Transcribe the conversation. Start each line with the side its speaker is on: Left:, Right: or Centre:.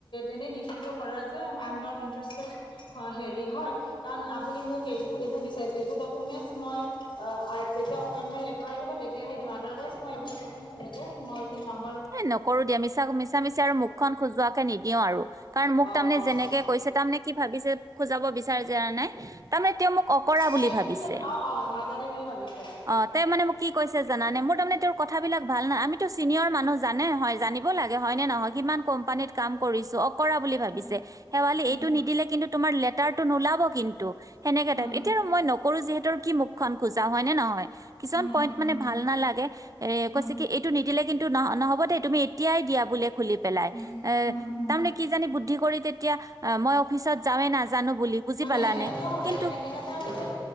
Left: এনেই দি থৈ দিব পাৰা যে আই এম নট ইণ্টেৰেষ্টেদ হ হেৰি হয় কাৰণ আপুনি মোক এইবোৰ এইবোৰ বিচাৰিছে এইবোৰ ডকুমেন্টচ মই আ আ যেতিয়া এপইনমেণ্ট লেটাৰ আহিব তেতিয়াহে দিম। আধাৰ কাৰ্ড মই এইবিলাক ডকমেণ্টচ এনেকে মই এইবোৰ নাম
Right: এ নকৰোঁ দিয়া মিছা মিছা মিছা আৰু মুখখন খোজোৱাকে নিদিওঁ আৰু কাৰণ মোক
Left: অ',
Right: তামানে
Left: অ',
Right: যেনেকে কৈছে তামানে কি ভাবিছে খোজাব বিচাৰে জানানে তাৰমানে তেওঁ মোক অকৰা
Left: বা
Right: বুলি
Left: একো
Right: ভাবিছে
Left: অ', অ', নাজানে বুলি ভাবিছে।
Right: অ তেওঁ মানে মোক কি কৈছে জানানে মোৰ তাৰমানে তেওঁৰ কথাবিলাক ভাল নাই আমিতো চিনিয়ৰ মানুহ জানে হয় জানিব। লাগে হয় নে নহয় কিমান কোম্পানীত কাম কৰিছো অ' কৰা বুলি ভাবিছে,
Left: উম,
Right: শেৱালি
Left: উম,
Right: এই টো নিদিলে তোমাৰ লেতাৰটো নোলাব কিন্তু, ‌সেনেকা
Left: উম,
Right: টাইপ এতিয়া মই কৰু-যিহেতৰ কি মুখ খন খোজা হয় নে নহয়? কিছুমান
Left: উম,
Right: পইন্ট
Left: উম,
Right: মানে
Left: উম,
Right: ভাল নালাগে এ কৈছে
Left: উম,
Right: কি এইটো নি দিলে কিন্তু ন- ন-নহয় হবদে তুমি এতিয়াই দিয়া বুলে খুলি পেলাই
Left: উম,
Right: এ,
Left: উম, উম।
Right: তাৰমানে কি জানি বুদ্ধি কৰি তেতিয়া অ' মই অফিচত যাৱে নাজানো বুলি বুজি
Left: মানে
Right: পালানে
Left: এনেকুৱা
Right: কিন্তু
Left: এ এনেকা হৈছে